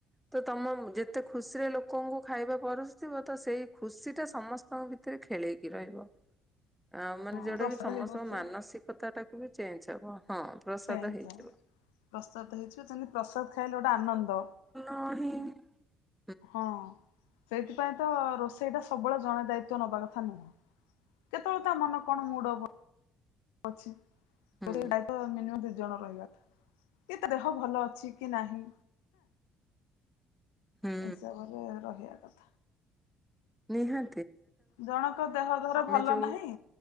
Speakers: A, in the centre; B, on the left.
A: ତ ତମ ଯେତେ ଖୁସିରେ ଲୋକଙ୍କୁ ଖାଇବା ପରସୁଥିବ ତ ସେଇ ଖୁସି ଟା ସମସ୍ତଙ୍କ ଭିତରେ ଖେଳେଇକି ରହିବ। ଆ ମାନେ
B: ହଁ
A: ଯୋଉଟା
B: ପ୍ରସାଦ
A: କି ସମସ୍ତଙ୍କ
B: ହେଇ ବସିବା
A: ମାନସିକତା ଟା କୁ ତୁବି ଚେଞ୍ ହବ। ହଁ ପ୍ରସାଦ
B: ସେ
A: ହେଇଛି।
B: ଯାଉ। ପ୍ରସାଦ ହେଇଛି ପା ଚାଲେ ପ୍ରସାଦ ଖାଇଲେ ଗୋଟେ ଆନନ୍ଦ
A: ହ ହୁଁ।
B: ହଁ ସେଇଥିପାଇଁ ତ ରୋଷେଇଟା ସବୁବେଳେ ଜଣେ ଦାୟିତ୍ଵ ନବା କଥା ନୁହଁ କେତେବେଳେ ତା ମାନ କଣ ମୁଡ ଅଫ ଅଛି।
A: ହୁଁ
B: ଲ ମେନୁ <unintelligible> ଜଣ ରହିବା କି ତା ଦେହ ଭଲ ଅଛି କି ନାହିଁ।
A: ହୁଁ
B: ହିସାବରେ ରହିଆ କଥ
A: ନିହାଁ
B: ଜଣଙ୍କ ଦେହ ଧର ଭଲ
A: ଯୋଉ
B: ନାହିଁ